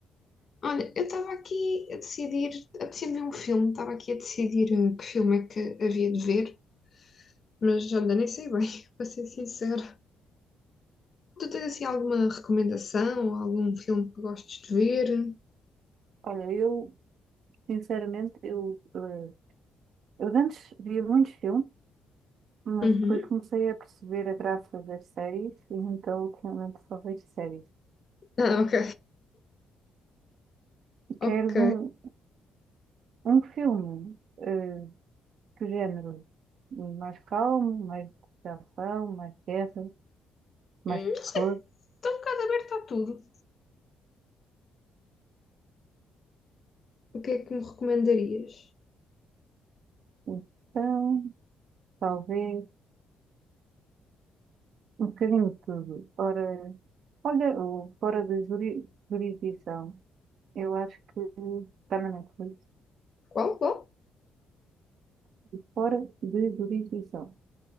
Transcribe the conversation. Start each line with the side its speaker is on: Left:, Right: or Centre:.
Left: Olha, eu estava aqui a decidir, apetecia-me ver um filme, estava aqui a decidir eh, que filme é que havia de ver, mas olha, nem sei bem, <laughs> para ser sincera. Tu tens assim alguma recomendação ou algum filme que gostes de ver?
Right: Olha, eu, sinceramente, eu, eh, eu de antes via muitos filmes, mas
Left: Uhum.
Right: depois comecei a perceber a graça das séries, e então ultimamente só vejo séries.
Left: Ah, ok, ok.
Right: Queres um, um filme, eh, que género? Mais calmo, mais de ação, mais guerra, mais
Left: Hum,
Right: terror?
Left: Não sei, estou um bocado aberta a tudo. O que é que me recomendarias?
Right: Então, talvez. Um bocadinho de tudo. Ora, olha, o Fora da Juri- Jurisdição. Eu acho que está na Netflix.
Left: Qual? Qual?
Right: Fora de Jurisdição.